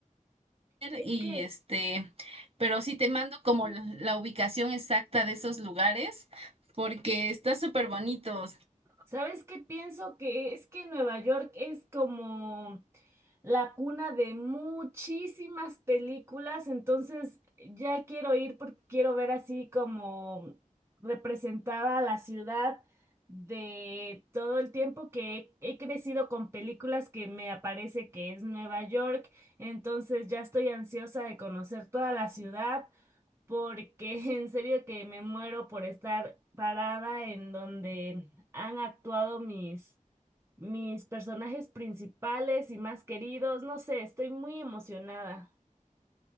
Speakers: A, on the right; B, on the right.
A: Es
B: y
A: que
B: este, pero sí te mando como la, la ubicación exacta de esos lugares porque está súper bonito.
A: ¿Sabes qué pienso? Que es que Nueva York es como la cuna de muchísimas películas, entonces ya quiero ir porque quiero ver así como representada la ciudad de todo el tiempo que he, he crecido con películas que me aparece que es Nueva York, entonces ya estoy ansiosa de conocer toda la ciudad porque <laughs> en serio que me muero por estar parada en donde han actuado mis, mis personajes principales y más queridos. No sé, estoy muy emocionada.